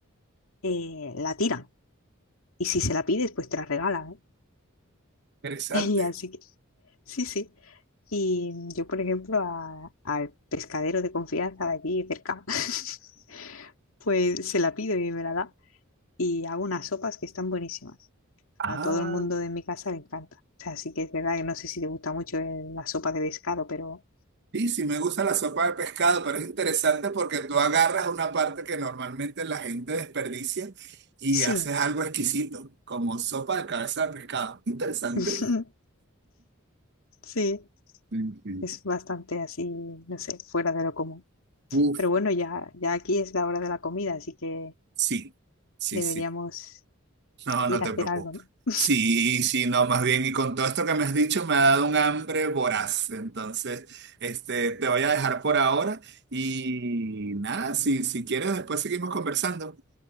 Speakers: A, on the left; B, on the right.
A: eh, la tiran. Y si se la pides, pues te la regala,
B: Interesante.
A: ¿eh? <laughs> Y así que, sí, sí. Y yo, por ejemplo, a- al pescadero de confianza de aquí cerca, <laughs> pues se la pido y me la da. Y hago unas sopas que están buenísimas.
B: Ah,
A: A todo el mundo de mi casa le encanta. O sea, sí que es verdad que no sé si te gusta mucho el- la sopa de pescado, pero
B: sí, sí, me gusta la sopa de pescado, pero es interesante porque tú agarras una parte que normalmente la gente desperdicia y
A: sí,
B: haces algo exquisito, como sopa de cabeza de pescado. Interesante.
A: <laughs> sí,
B: Sí, sí.
A: es bastante así, no sé, fuera de lo común.
B: Uf,
A: Pero bueno, ya, ya aquí es la hora de la comida, así que
B: sí, sí,
A: deberíamos
B: sí, No,
A: ir
B: no te
A: a hacer
B: preocupes.
A: algo, ¿no?
B: Sí, sí, no, más bien, y con todo esto que me has dicho me ha dado un hambre voraz. Entonces, este, te voy a dejar por ahora y nada, si, si quieres, después seguimos conversando.